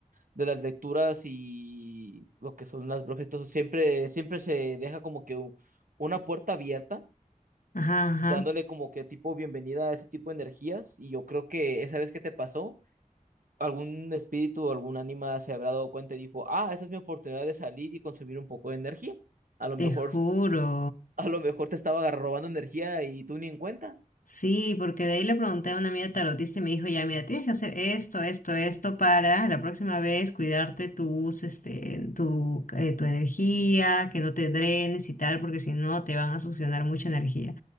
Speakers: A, on the right; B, on the left.
A: de las lecturas y lo que son las brujas, y todo, siempre, siempre se deja como que u- una puerta abierta,
B: ajá, ajá,
A: dándole como que tipo bienvenida a ese tipo de energías. Y yo creo que esa vez que te pasó, algún espíritu o algún ánima se habrá dado cuenta y dijo, ah, esa es mi oportunidad de salir y consumir un poco de energía. A lo
B: te
A: mejor
B: juro.
A: a lo mejor te estaba agar- robando energía y tú ni en cuenta.
B: Sí, porque de ahí le pregunté a una amiga tarotista y me dijo, ya, mira, tienes que hacer esto, esto, esto para la próxima vez cuidarte tus, este, tu, eh, tu energía, que no te drenes y tal, porque si no te van a succionar mucha energía.